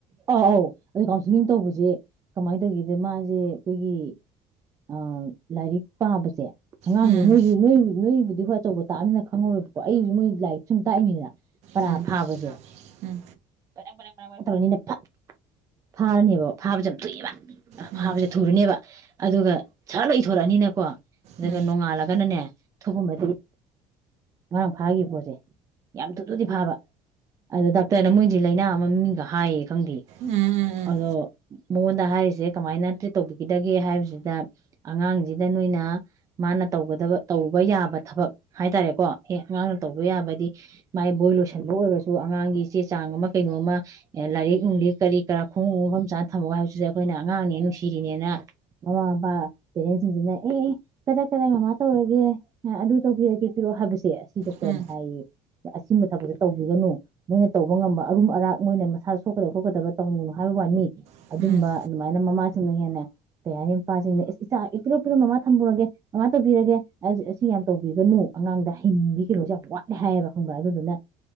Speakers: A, on the right; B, on the right.
A: ꯑꯥ ꯑꯧ ꯑꯗꯨ ꯀꯥꯎꯟꯁꯤꯂꯤꯡ ꯇꯧꯕꯁꯦ ꯀꯃꯥꯏꯅ ꯇꯧꯒꯗ ꯃꯥꯁꯦ ꯑꯩꯈꯣꯏꯒꯤ ꯑꯥ ꯂꯥꯏꯔꯤꯛ ꯄꯥꯕꯁꯦ ꯑꯉꯥꯡꯁꯦ
B: ꯎꯝ
A: ꯅꯣꯏꯁꯨ ꯅꯣꯏ ꯅꯣꯏ ꯑꯗꯨ ꯍꯣꯏ ꯑꯆꯧꯕ ꯇꯥꯛꯑꯅꯤꯅ ꯈꯪꯉꯥꯔꯣꯏꯕꯀꯣ ꯑꯩꯁꯨ ꯃꯣꯏ ꯂꯥꯏꯔꯤꯛ ꯁꯨꯝ ꯇꯥꯛꯏꯅꯤꯅ ꯄꯔꯥ
B: ꯎꯝ
A: ꯐꯥꯕꯁꯦ
B: ꯎꯝ
A: ꯕꯦꯔꯦꯡ ꯕꯦꯔꯦꯡ ꯇꯧꯔꯅꯤꯅ ꯐꯠ ꯐꯥꯔꯅꯦꯕ ꯐꯥꯕꯁꯦ ꯌꯥꯝ ꯊꯨꯏꯑꯦꯕ꯫ ꯑ
B: ꯎꯝ
A: ꯐꯥꯕꯁꯦ ꯊꯨꯔꯅꯦꯕ ꯑꯗꯨꯒ ꯁꯥꯔ ꯏꯊꯣꯔꯛꯑꯅꯤꯅꯀꯣ ꯑꯗꯨꯒ
B: ꯎꯝ
A: ꯅꯣꯡꯉꯥꯜꯂꯒꯅꯅꯦ ꯊꯣꯛꯄ ꯑꯃ ꯉꯥꯔꯥꯡ ꯐꯥꯒꯤꯕ ꯄꯣꯠꯁꯦ ꯌꯥꯝ ꯊꯨ ꯊꯨꯗꯤ ꯐꯥꯕ ꯑꯗꯨꯗ ꯗꯥꯛꯇꯔꯅ ꯃꯣꯏꯁꯤ ꯂꯩꯥꯏꯅ ꯑꯃ ꯃꯃꯤꯡꯒ ꯍꯥꯏꯌꯦ ꯈꯪꯗꯦ
B: ꯎꯝ
A: ꯑꯗꯣ ꯃꯉꯣꯟꯗ ꯍꯥꯏꯔꯤꯁꯦ ꯀꯃꯥꯏꯅ ꯇ꯭ꯔꯤꯠ ꯇꯧꯕꯤꯒꯗꯒꯦ ꯍꯥꯏꯕꯁꯤꯗ ꯑꯉꯥꯡꯁꯤꯗ ꯅꯣꯏꯅ ꯃꯥꯅ ꯇꯧꯒꯗꯕ ꯇꯧꯕ ꯌꯥꯕ ꯊꯕꯛ ꯍꯥꯏꯇꯥꯔꯦꯀꯣ ꯑꯦ ꯑꯉꯥꯡꯅ ꯇꯧꯕ ꯌꯥꯕꯗꯤ ꯃꯥꯏ ꯕꯣꯏ ꯂꯣꯏꯁꯟꯕ ꯑꯣꯏꯔꯁꯨ ꯑꯉꯥꯡꯒꯤ ꯆꯦ ꯆꯥꯡ ꯑꯃ ꯀꯩꯅꯣꯝꯃ ꯂꯥꯏꯔꯤꯛ ꯅꯨꯡꯂꯤꯛ ꯀꯔꯤ ꯀꯔꯥ ꯈꯣꯡꯎ ꯃꯐꯝ ꯆꯥꯅ ꯊꯝꯃꯣ ꯍꯥꯏꯕꯁꯤꯗ ꯑꯩꯈꯣꯏꯅ ꯑꯉꯥꯡꯅꯦ ꯅꯨꯡꯁꯤꯔꯤꯅꯦꯅ ꯃꯃꯥ ꯃꯄꯥ ꯄꯦꯔꯦꯟꯁꯤꯡꯁꯤꯅ ꯑꯦ ꯀꯗꯥꯏ ꯀꯗꯥꯏ ꯃꯃꯥ ꯇꯧꯔꯒꯦ ꯑꯗꯨ ꯇꯧꯕꯤꯔꯒꯦ ꯄꯤꯔꯛꯑꯣ ꯍꯥꯏꯕꯁꯦ ꯑꯁꯤ ꯗꯣꯛꯇꯔꯅ
B: ꯎꯝ
A: ꯍꯥꯏꯌꯦ ꯑꯁꯤꯕ ꯊꯕꯛꯁ ꯇꯧꯕꯤꯒꯅꯨ ꯃꯣꯏꯅ ꯇꯧꯕ ꯉꯝꯕ ꯑꯔꯨꯝ ꯑꯔꯥꯛ ꯃꯣꯏꯅ ꯃꯁꯥ ꯁꯣꯛꯀꯗꯕ ꯈꯣꯠꯀꯗꯕ ꯇꯧꯅꯤꯡꯒꯅꯨ ꯍꯥꯏꯕ ꯋꯥꯅꯤ
B: ꯎꯝ
A: ꯑꯗꯨꯝꯕ ꯑꯗꯨꯃꯥꯏꯅ ꯃꯃꯥꯁꯤꯡꯅ ꯍꯦꯟꯅ ꯀꯩ ꯍꯥꯏꯅꯤ ꯃꯄꯥꯁꯤꯡꯅ ꯑꯦ ꯏꯆꯥ ꯄꯤꯔꯣ ꯄꯤꯔꯣ ꯃꯃꯥ ꯊꯝꯃꯨꯔꯒꯦ ꯃꯥꯃ ꯇꯧꯕꯤꯔꯒꯦ ꯁꯤ ꯌꯥꯝ ꯇꯧꯕꯤꯒꯅꯨ ꯑꯉꯥꯡꯗ ꯍꯩꯅꯤꯡꯕꯤ ꯀꯩꯅꯣꯁꯦ ꯌꯥꯝ ꯋꯥꯠꯂꯦ ꯍꯥꯏꯌꯦꯕ ꯈꯪꯕ꯭ꯔꯥ ꯑꯗꯨꯗꯨꯅ